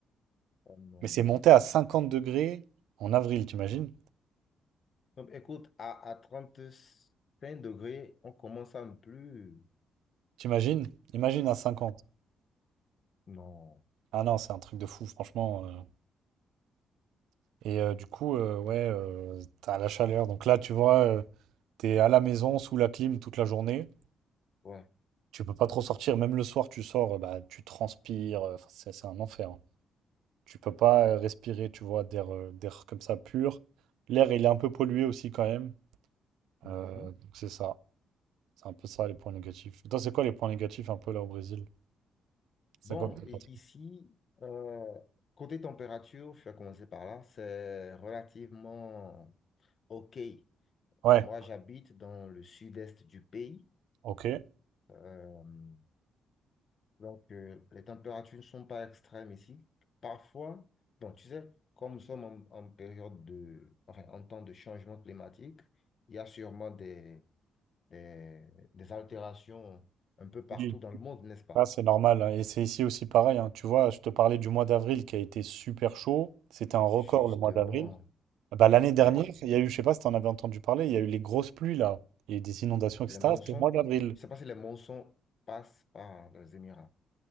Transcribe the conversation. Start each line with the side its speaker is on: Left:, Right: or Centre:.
Left: Oh non.
Right: Mais c'est monté à 50 degrés en avril, t'imagines?
Left: Donc, écoute, à, à trente cinq degrés, on commence à ne plus.
Right: T'imagines? Imagine à 50.
Left: Non.
Right: Ah non, c'est un truc de fou, franchement. euh. Et euh, du coup, euh, ouais, euh, t'as la chaleur. Donc là, tu vois, euh, t'es à la maison sous la clim toute la journée.
Left: Ouais.
Right: Tu peux pas trop sortir. Même le soir, tu sors, euh, bah, tu transpires. euh, enfin, c'est c'est un enfer. hein. Tu peux pas euh, respirer, tu vois, d'air euh, d'air comme ça pur. L'air, il est un peu pollué aussi quand même.
Left: Mhm.
Right: Euh, donc c'est ça. C'est un peu ça les points négatifs. Toi, c'est quoi les points négatifs un peu là au Brésil? C'est
Left: Bon,
Right: quoi que t'as pas-
Left: et ici, euh, côté température, je vais commencer par là, c'est relativement OK.
Right: Ouais,
Left: Moi, j'habite dans le sud-est du pays,
Right: ok.
Left: euh, donc euh, les températures ne sont pas extrêmes ici. Parfois, bon, tu sais, comme nous sommes en, en période de, enfin, en temps de changement climatique, il y a sûrement des, des, des altérations un peu partout
Right: Oui.
Left: dans le monde, n'est-ce pas?
Right: Ah, c'est normal. hein. Et c'est ici aussi pareil. hein. Tu vois, je te parlais du mois d'avril qui a été super chaud. C'était un record
Left: Justement,
Right: le mois d'avril. Ah Bah, l'année dernière,
Left: ouais.
Right: il y a eu, je sais pas si tu en avais entendu parler, il y a eu les grosses pluies là. Il y a eu des inondations, etc.
Left: Les monsons,
Right: C'était au mois d'avril.
Left: je sais pas si les monsons passent par les Émirats.